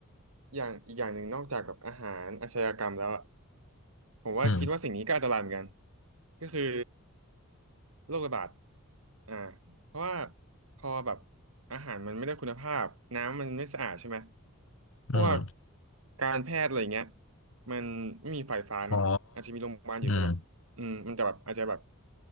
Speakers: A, on the right (about 70°); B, on the left (about 65°).
A: อย่างอีกอย่างหนึ่งนอกจากกับอาหารอาชญากรรมแล้วอะผมว่าคิดว่าสิ่งนี้ก็อันตรายเหมือนกัน
B: อืม
A: ก็คือโรคระบาดอ่าเพราะว่าพอแบบอาหารมันไม่ได้คุณภาพน้ำมันไม่สะอาดใช่ไหมพวก
B: อืม
A: การแพทย์อะไรเงี้ยมันไม่มีไฟฟ้าเนาะอาจจะมีโรงพยาบาลอยู่แต่แบบอืมมันจะแบบอาจจะแบบ
B: อ๋ออืม